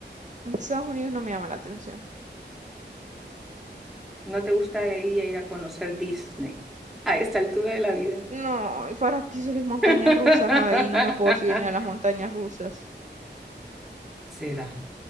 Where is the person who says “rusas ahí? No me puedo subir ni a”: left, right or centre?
Right